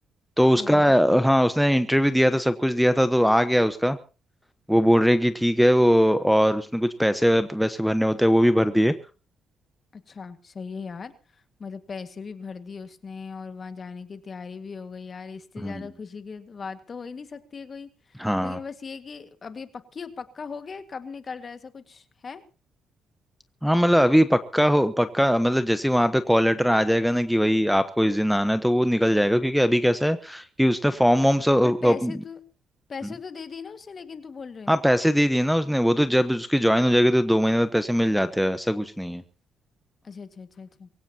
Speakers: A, in the centre; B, on the left.
A: तो उसका
B: ओ ओके
A: हाँ उसने इंटरव्यू दिया था सब कुछ दिया था तो आ गया उसका वो बोल रहे कि ठीक है वो और उसने कुछ पैसे वैसे भरने होते हैं वो भी भर दिए
B: अच्छा सही है यार मतलब पैसे भी भर दिए उसने और वहां जाने की तैयारी भी हो गई यार इससे
A: हम्म
B: ज्यादा खुशी की बात तो हो ही नहीं सकती है कोई
A: हाँ
B: लेकिन बस ये कि अब ये पक्की पक्का हो गया है? कब निकल रहा है ऐसा कुछ है
A: हाँ मतलब अभी पक्का हो पक्का मतलब जैसे ही वहां पे कॉल लेटर आ जाएगा ना कि भाई आपको इस दिन आना है तो वो निकल जाएगा क्योंकि अभी कैसा है कि उसने फॉर्म वॉर्म सब
B: पर पैसे
A: अ,
B: तो पैसे
A: अ,
B: तो दे दिए ना उसने लेकिन तू बोल रहे है।
A: हाँ पैसे दे दिए ना उसने वो तो जब उसकी ज्वाइन हो जाएगी तो दो महीने बाद पैसे मिल जाते हैं ऐसा कुछ नहीं है
B: अच्छा अच्छा अच्छा अच्छा